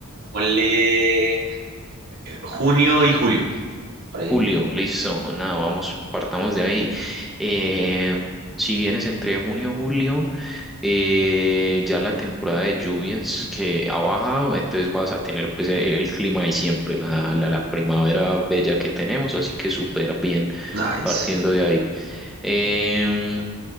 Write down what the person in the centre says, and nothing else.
Julio, listo, nada, vamos, partamos de ahí. Eh, si vienes entre junio y julio, eh, ya la temporada de lluvias que ha bajado, entonces vas a tener pues el, el clima de siempre, la, la, la primavera bella que tenemos, así que súper bien
partiendo de ahí. Em,